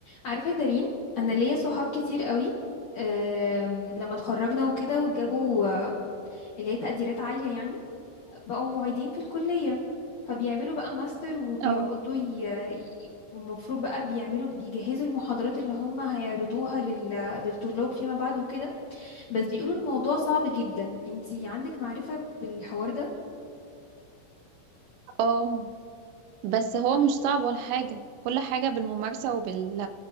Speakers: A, on the left; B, on the right.
A: عارفة يا دارين أنا ليا صحاب كتير قوي أم، لما اتخرجنا وكده وجابوا أم، اللي هي تقديرات عالية يعني بقوا معيدين في الكلية فبيعملوا بقى ماستر وبيقعدوا
B: اه
A: ي... ي- المفروض بقى بيعملوا بيجهزوا المحاضرات اللي هم هيعرضوها لل... للطلاب فيما بعد وكده بس بيقولوا الموضوع صعب جدا انتي عندك معرفة بالحوار ده
B: اه بس هو مش صعب ولا حاجة كل حاجة بالممارسة وبال